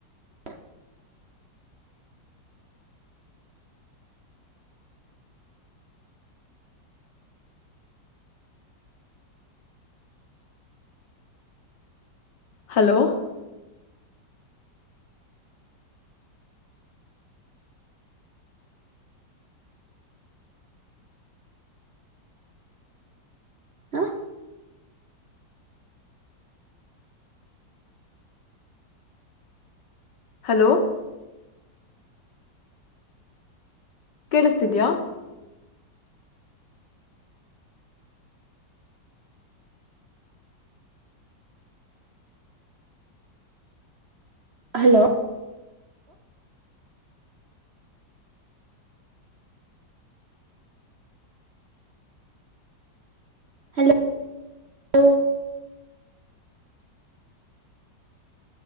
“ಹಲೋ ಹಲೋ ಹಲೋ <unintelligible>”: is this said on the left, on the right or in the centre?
Right